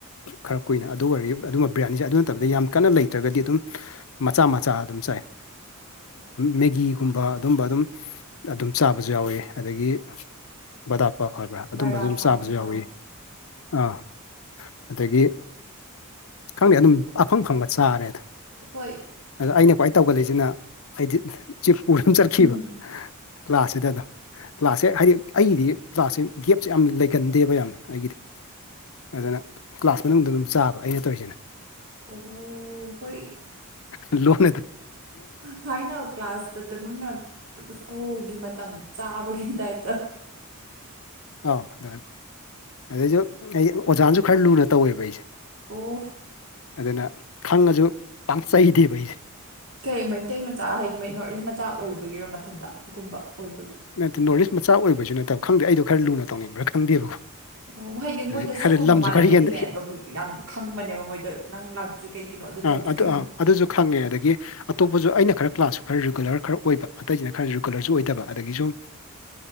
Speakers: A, on the left (about 65°); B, on the right (about 60°).
A: ꯈꯔ ꯀꯨꯏꯅ ꯑꯗꯨ ꯑꯣꯏꯔꯗꯤ ꯑꯗꯨꯝꯕ ꯕ꯭ꯔꯥꯟꯅꯤꯁꯦ ꯑꯗꯨ ꯅꯠꯇꯕꯗ ꯌꯥꯝ ꯀꯟꯅ ꯂꯩꯇ꯭ꯔꯒꯗꯤ ꯑꯗꯨꯝ ꯃꯆꯥ ꯃꯆꯥ ꯑꯗꯨꯝ ꯆꯥꯏ ꯃꯦꯒꯤꯒꯨꯝꯕ ꯑꯗꯨꯝꯕ ꯑꯗꯨꯝ ꯑꯗꯨꯝ ꯆꯥꯕꯁꯨ ꯌꯥꯎꯋꯤ ꯑꯗꯒꯤ ꯕꯗꯥꯞꯄ ꯍꯣꯏ ꯑꯗꯨꯝꯕ
B: ꯕꯔꯥ
A: ꯑꯗꯨꯝ
B: ꯄꯥꯎ
A: ꯆꯥꯕꯁꯨ ꯌꯥꯎꯏꯤ
B: ꯑꯥ
A: ꯑꯥ ꯑꯗꯒꯤ ꯈꯪꯗꯦ ꯑꯗꯨꯝ ꯑꯐꯪ ꯐꯪꯕ ꯆꯥꯔꯦꯗ
B: ꯍꯣꯏ
A: ꯑꯗ ꯑꯩꯅ ꯈ꯭ꯋꯥꯏ ꯇꯧꯒꯜꯂꯤꯏꯁꯤꯅ ꯍꯥꯏꯗꯤ ꯄꯨꯔꯝ ꯆꯠꯈꯤꯕ
B: ꯎꯝ
A: ꯀ꯭ꯂꯥꯁꯁꯤꯗ ꯑꯗ ꯀ꯭ꯂꯥꯁꯁꯦ ꯍꯥꯏꯗꯤ ꯑꯩꯒꯤꯗꯤ ꯀ꯭ꯂꯥꯁꯁꯦ ꯒꯦꯞꯁꯦ ꯌꯥꯝ ꯂꯩꯒꯟꯗꯦꯕ ꯌꯥꯝꯅ ꯑꯩꯒꯤꯗꯤ ꯑꯗꯨꯅ ꯀ꯭ꯂꯥꯁ ꯃꯅꯨꯡꯗ ꯑꯗꯨꯝ ꯆꯥꯕ ꯑꯩꯅ ꯇꯧꯔꯤꯁꯤꯅ
B: ꯑꯣ ꯍꯣꯏ
A: ꯂꯣꯟꯣꯟ
B: ꯈꯥꯏꯅ ꯀ꯭ꯂꯥꯁ ꯇꯃꯅ ꯁ꯭ꯀꯨꯜꯒꯤ ꯃꯇꯝ ꯆꯥꯕꯒꯤ ꯇꯥꯏꯞꯇ
A: ꯑꯧ ꯑꯗꯨ ꯑꯗꯨꯗꯩꯁꯨ ꯑꯩ ꯑꯣꯖꯥꯅꯁꯨ ꯈꯔ ꯂꯨꯅ ꯇꯧꯋꯦꯕ ꯑꯩꯁꯦ
B: ꯑꯣꯐ
A: ꯑꯗꯨꯅ ꯈꯪꯉꯁꯨ ꯄꯥꯡꯆꯩꯗꯦꯕ ꯑꯩꯁꯦ
B: ꯀꯩ ꯃꯩꯇꯩ ꯃꯆꯥ ꯍꯥꯏꯗꯤ ꯃꯩ ꯅꯣꯔꯠ ꯏꯁ ꯃꯆꯥ ꯑꯣꯏꯕꯒꯤꯔꯣ ꯃꯊꯟꯇ ꯒꯨꯝꯕ ꯑꯣꯏꯕꯒꯤ
A: ꯅꯠꯇꯦ ꯅꯣꯔꯠ ꯏꯁ ꯃꯆꯥ ꯑꯣꯏꯕꯁꯨ ꯅꯠꯇꯕ ꯈꯪꯗꯦ ꯑꯩꯗꯣ ꯈꯔ ꯂꯨꯅ ꯇꯧꯅꯤꯡꯕ꯭ꯔꯥ ꯈꯪꯗꯦꯕꯀꯣ
B: ꯑꯣ ꯍꯥꯏꯗꯤ
A: ꯑꯗꯩ
B: ꯃꯣꯏꯗꯣ ꯁꯛꯀꯨꯝꯕ
A: ꯈꯔ ꯂꯝꯁꯨ
B: ꯃꯥꯟꯅꯗ꯭ꯔꯔꯤꯗꯤ
A: ꯈꯔ ꯍꯦꯟ
B: ꯍꯦꯟꯅ ꯑꯗꯨꯝ ꯌꯥꯝ ꯈꯪꯕꯅꯦꯕ ꯃꯣꯏꯗꯣ ꯅꯪ ꯂꯥꯛꯇ꯭ꯔꯤ ꯀꯩꯒꯤꯅꯣ
A: ꯑꯥ
B: ꯇꯧꯗ꯭ꯔꯤ
A: ꯑꯗꯨ
B: ꯀꯩꯒꯤꯅꯣ
A: ꯑꯥ ꯑꯗꯨꯁꯨ ꯈꯪꯉꯦ ꯑꯗꯒꯤ ꯑꯇꯣꯞꯄꯁꯨ ꯑꯩꯅ ꯈꯔ ꯀ꯭ꯂꯥꯁꯁꯨ ꯈꯔ ꯔꯤꯒꯨꯂꯔ ꯈꯔ ꯑꯣꯏꯕ ꯑꯇꯩꯁꯤꯅ ꯈꯔ ꯔꯤꯒꯨꯂꯔꯁꯨ ꯑꯣꯏꯗꯕ ꯑꯗꯒꯤ ꯁꯨꯝ